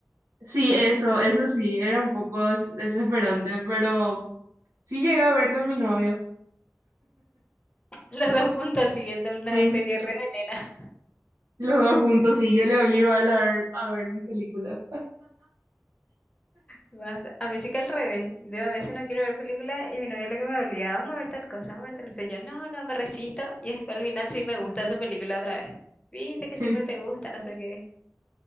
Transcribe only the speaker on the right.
Sí, eso, eso sí, era un poco des- desesperante, pero sí llegué a ver con mi novio.
Sí.
Los dos juntos, sí, yo le obligo a él a ver, a ver mis películas.
<laughs>